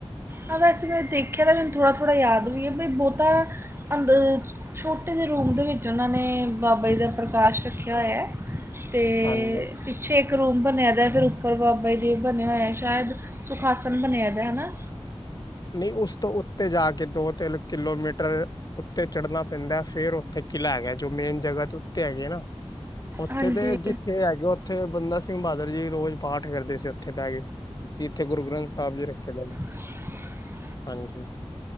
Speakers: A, on the right; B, on the left.
A: ਹਾਂ ਵੈਸੇ ਮੈਂ ਦੇਖਿਆ ਤਾਂ ਮੈਨੂੰ ਥੋੜਾ-ਥੋੜਾ ਯਾਦ ਵੀ ਏ ਬਈ ਬੋਤਾ ਅੰਦ ਛੋਟੇ ਜੇ ਰੂਮ ਦੇ ਵਿੱਚ ਓਨਾਂ ਨੇ ਬਾਬਾ ਜੀ ਦਾ ਪ੍ਰਕਾਸ਼ ਰੱਖੇਆ ਹੋਏਆ। ਤੇ
B: ਹਾਂਜੀ ਹਾਂਜੀ
A: ਪਿ ਛੇਕ ਰੂਮ ਬਨੇਆ ਦਾ ਫਿਰ ਉਪਰ ਬਾਬਾ ਜੀ ਦੇਵ ਬਨੇਆ ਹੋਏਆ ਐ ਸ਼ਾਇਦ ਸੁਖਾਸਨ ਬਨੇਆ ਦਾ ਹਨਾ।
B: ਨਈਂ ਉਸ ਤੋਂ ਉੱਤੇ ਜਾ ਕੇ ਦੋ ਤਿੰਨ ਕਿਲੋਮੀਟਰ ਉੱਤੇ ਚੜ੍ਹਨਾ ਪੈਂਦਾ ਫੇਰ ਓਥੇ ਕਿਲ੍ਹਾ ਹੈਗਾ ਜੋ ਮੇਨ ਜਗਾ ਚ ਉੱਤੇ ਹੈਗੇ ਆ ਨਾ। ਓਥੇ
A: ਹਾਂਜੀ
B: ਤੇ ਜਿੱਥੇ ਹੈਗੇ ਓਥੇ ਬੰਦਾ ਸਿੰਘ ਬਹਾਦਰ ਜੀ ਰੋਜ਼ ਪਾਠ ਕਰਦੇ ਸੀ ਓਥੇ ਬੈ ਕੇ, ਜਿੱਥੇ ਗੁਰੂ ਗ੍ਰੰਥ ਸਾਹਿਬ ਜੀ ਰੱਖੇ ਦੇ ਨੇ।
A: ਅ
B: ਹਾਂਜੀ,